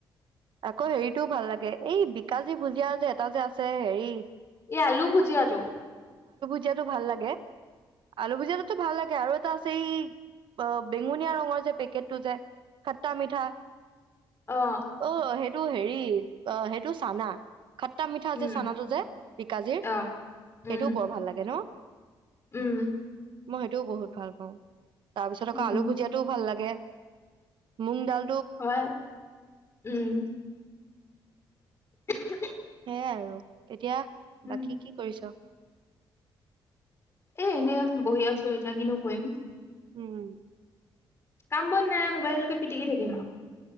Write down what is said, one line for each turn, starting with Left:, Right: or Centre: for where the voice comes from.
Right: আকৌ হেৰিতও ভাল লাগে এই বিকাজী ভুজিয়া যে এটা যে আছে হেৰি
Left: এই আলু ভুজিয়া আৰু
Right: ভুজিয়াতো ভাল লাগে আলু ভুজিয়া তো ভাল লাগে আৰু আৰু এটা আছে অঁ বেঙুনীয়া ৰঙৰ যে পেকেট টটো যে খট্টা মিঠা
Left: অ'
Right: অঁ সেইটো সটো হেৰি অঁ সেইটো চানা খট্টা মিঠা
Left: উম
Right: যে চানাটো যায় বিকাজিৰ
Left: অ উম
Right: সেইটোও বৰ ভাল লাগে ন
Left: উম
Right: মই সেইটোও বহুত ভাল পাওঁ তাৰপিছত
Left: উম
Right: আকৌ আলু ভুজিয়াতটোওঁ ভাল লাগে মোং দাল
Left: হয় উম। <unintelligible>
Right: সয়াই আৰু এতিয়া।
Left: উম
Right: বাকী কি কৰিছ।
Left: এ এনেই বহি আছো এতিয়া কিনু কৰিম।
Right: উম।
Left: কাম বন নাই মোবাইললৈকে পিটিকি থাকিম আৰু।